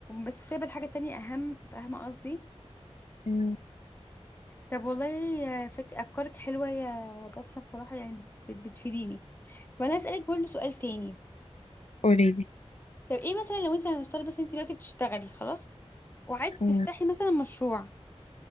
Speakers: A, on the left; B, on the left.
A: بس سايبة الحاجة التانية اهم فاهمة قصدي
B: مم.
A: طب والله آه، فك... افكارك حلوة يا دكتور بصراحة يعني بت- بتفيديني وانا اسألك برضو سؤال تاني
B: قوليلي
A: طب ايه مثلا لو انت هنفترض بس انت دلوقتي بتشتغلي خلاص وعايزه
B: مم.
A: تفتحي مثلا مشروع